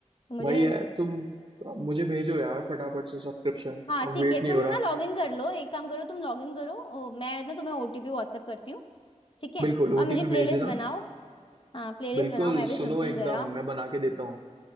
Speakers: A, on the left; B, on the right.
A: मुझे
B: वही है तुम मुझे भेजो यार फटाफट से सब्सक्रिप्शन
A: हाँ
B: अब
A: ठीक
B: वेट
A: है
B: नहीं
A: तुम
B: हो रहा
A: ना लॉग इन कर लो एक काम करो तुम लॉग इन करो ओ, मैं ना तुम्हें ओटीपी व्हाट्सएप करती हूँ ठीक है
B: बिल्कुल ओटीपी
A: और मुझे प्लेलिस्ट
B: भेज देना
A: बनाओ हाँ प्लेलिस्ट
B: बिल्कुल
A: बनाओ मैं भी
B: सुनो
A: सुनती हूँ
B: एकदम
A: जरा
B: मैं बना के देता हूँ